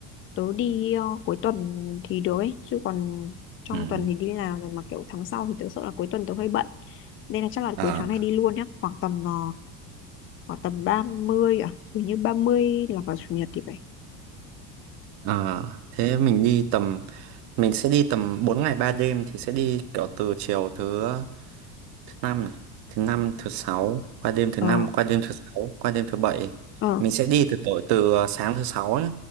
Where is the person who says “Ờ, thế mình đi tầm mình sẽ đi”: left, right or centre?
Right